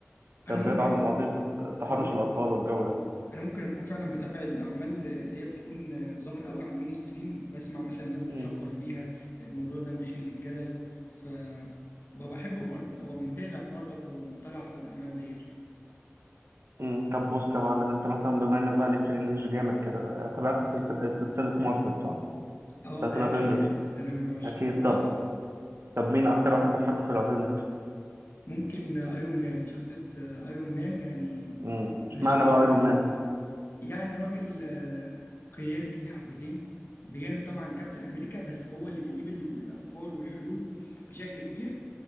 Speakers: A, on the right; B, on the left.
A: كان
B: انا ممكن
A: بيدعى قضيه تحرش
B: انا ممكن
A: الاطفال والجو ده
B: انا ممكن اكون فعلا بتابع الاعمال اللي هي بتكون ظاهره قوي على المين ستريم بسمع مثلا الناس بتشكر
A: مم.
B: فيها الموضوع ده مثير للجدل ف ببقى بحب ابقى أبقى متابع برضك وابقى مطلع على الاعمال ديت يعني
A: مم. طب بص يا معلم انت مثلا بما انك بقى ليك في الانجليش جامد كده آه، تابعت سلسله سلسلة مارفل صح
B: اه
A: بتاعت
B: ده
A: الافينجرز
B: اكيد ده انا من عشاق
A: اكيد
B: مارفل
A: طبعا طب مين اكتر واحد بتحبه في الافينجرز
B: ممكن ايرون مان شخصيه ايرون مان يعني
A: امم اشمعنى
B: من الشخصيات
A: بقى ايرون مان
B: يعني راجل آه، قيادي حبتين بجانب طبعا كابتن امريكا بس هو اللي بيجيب ال- الافكار والحلول بشكل كبير